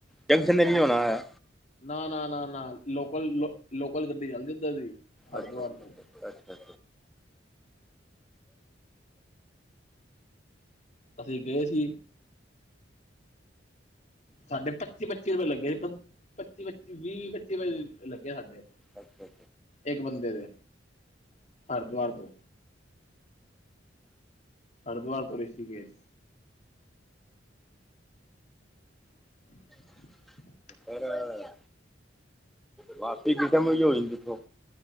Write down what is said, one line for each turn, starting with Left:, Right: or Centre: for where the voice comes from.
Centre: ਜੰਕਸ਼ਨ ਤੇ ਨੀ ਹੋਣਾ ਐ।
Left: ਨਾ ਨਾ ਨਾ ਨਾ ਲੋਕਲ ਲੋਕਲ ਗੱਡੀ ਚੱਲਦੀ ਓਧਰ ਦੀ। ਹਰਦੁਆਰ
Centre: ਅੱਛਾ ਅੱਛਾ
Left: ਤੋ
Centre: ਅੱਛਾ ਅੱਛਾ
Left: ਅਸੀਂ ਗਏ ਸੀ ਸਾਡੇ ਪੱਚੀ-ਪੱਚੀ ਰੁਪਏ ਲੱਗੇ ਸੀ। ਪੱਚੀ-ਪੱਚੀ, ਵੀਹ-ਵੀਹ ਪੱਚੀ ਵਲ ਲੱਗੇ ਸਾਡੇ
Centre: ਅੱਛਾ
Left: ਇੱਕ ਬੰਦੇ ਦੇ ਹਰਦੁਆਰ ਤੋਂ ਹਰਦਵਾਰ ਤੋਂ ਰਿਸ਼ੀਕੇਸ਼ <inaudible>
Centre: ਫੇਰ ਵਾਪਸੀ ਕਿਸ ਟਾਈਮ ਦੀ ਹੋ ਜਾਂਦੀ ਓਥੋਂ